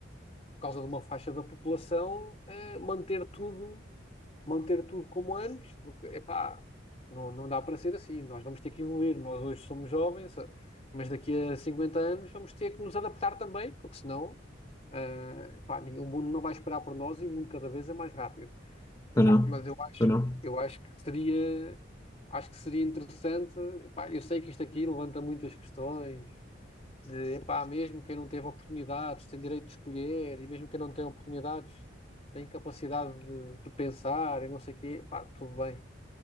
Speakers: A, on the left; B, on the left.
A: por causa de uma faixa da população, eh, manter tudo, manter tudo como antes, porque, epá, não, não dá para ser assim. Nós vamos ter que evoluir. Nós hoje somos jovens, eh, mas daqui a 50 anos vamos ter que nos adaptar também, porque senão, eh, epá, ninguém- o mundo não vai esperar por nós e o mundo cada vez é mais rápido.
B: Para
A: Epá,
B: não,
A: mas eu acho,
B: para não.
A: eu acho que seria, acho que seria interessante. Epá, eu sei que isto aqui levanta muitas questões. De, epá, mesmo quem não teve oportunidades tem direito de escolher, e mesmo quem não tem oportunidades tem capacidade de, de pensar e não sei o quê, pá, tudo bem.